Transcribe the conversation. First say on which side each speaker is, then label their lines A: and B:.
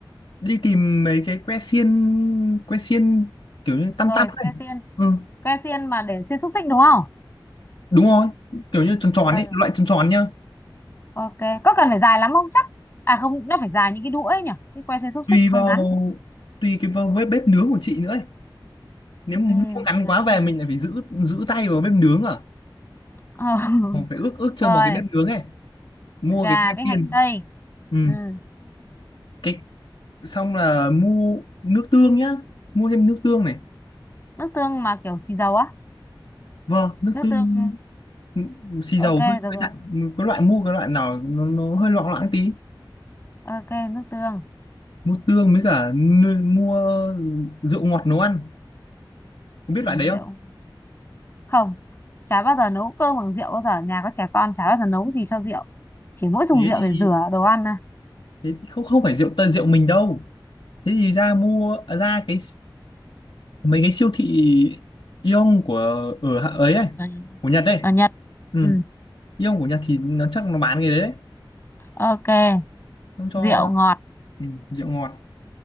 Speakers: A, on the left; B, on the left.
A: đi tìm mấy cái que xiên que xiên kiểu như tăm
B: rồi
A: tăm này.
B: que xiên
A: Ừ,
B: que xiên mà để xiên xúc xích đúng không
A: đúng rồi, kiểu như tròn tròn
B: ừ
A: ấy, loại tròn tròn nhá.
B: ok có cần phải dài lắm không chắc à không nó phải dài như cái đũa ấy nhỉ cái que xiên xúc
A: Tùy
B: xích hơi
A: vào
B: ngắn
A: tùy cái vào bếp bếp nướng của chị nữa nếu mà
B: ừ
A: mua ngắn
B: gà
A: quá
B: xiên
A: về
B: nướng
A: mình lại phải giữ giữ tay vào bếp nướng à
B: Ờ, <laughs>
A: còn phải ước ước chừng
B: rồi
A: vào cái bếp nướng ấy mua
B: gà
A: cái que
B: với hành
A: xiên
B: tây
A: ừ
B: ừ
A: cái xong là mua nước tương nhá mua thêm nước tương này
B: nước tương mà kiểu xì dầu á
A: vâng nước
B: nước
A: tương
B: tương
A: ừ, xì
B: ok
A: dầu hơi
B: được
A: hơi
B: rồi
A: đặn có loại mua cái loại nào nó, nó hơi loãng loãng tí
B: ok nước tương
A: mua tương với cả n- mua rượu ngọt nấu ăn không biết loại
B: rượu
A: đấy không
B: không chả bao giờ nấu cơm bằng rượu bao giờ nhà có trẻ con chả bao giờ nấu gì cho rượu chỉ mỗi dùng
A: thế
B: rượu
A: thì
B: để rửa đồ ăn thôi
A: thế thì không không phải rượu tây rượu mình đâu thế thì ra mua à, ra cái mấy cái siêu thị Aeon của ở hạ- ấy ấy
B: ở,
A: của Nhật đây
B: ở Nhật
A: ừ.
B: ừ.
A: Aeon của Nhật thì nó chắc nó bán cái đấy đấy
B: ok
A: nó cho
B: rượu ngọt
A: ừ, rượu ngọt